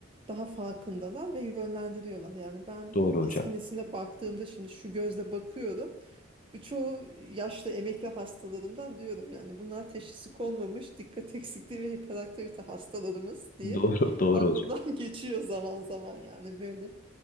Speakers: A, on the right; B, on the left.
A: Daha farkındalar ve yönlendiriyorlar. Yani ben
B: Doğru hocam.
A: eski nesile baktığımda şimdi şu gözle bakıyorum. Bu çoğu yaşlı emekli hastalarımdan diyorum yani bunlar teşhisi konmamış dikkat eksikliği ve hiperaktivite hastalarımız diye
B: Doğru doğru
A: aklımdan
B: hocam.
A: <laughs> geçiyor zaman zaman yani böyle.